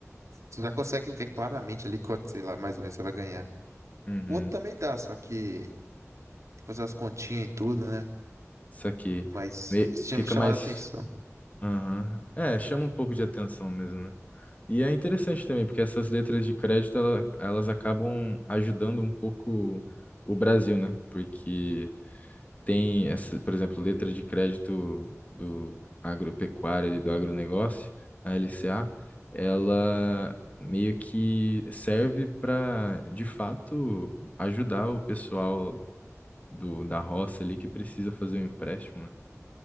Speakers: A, on the right; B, on the left.
A: Você já consegue ver claramente ali quanto, sei lá, mais ou menos você vai ganhar.
B: Uhum.
A: O outro também dá, só que fazer as continhas e tudo, né?
B: Isso aqui
A: Mas
B: Me-
A: isso tinha
B: fica
A: me chamado
B: mais.
A: a atenção.
B: Aham. É, chama um pouco de atenção mesmo, né? E é interessante também, porque essas letras de crédito, ela- elas acabam ajudando um pouco o Brasil, né? Porque tem essa, por exemplo, letra de crédito do agropecuário ali do agronegócio, a LCA, ela meio que serve para, de fato, ajudar o pessoal do, da roça ali que precisa fazer um empréstimo, né?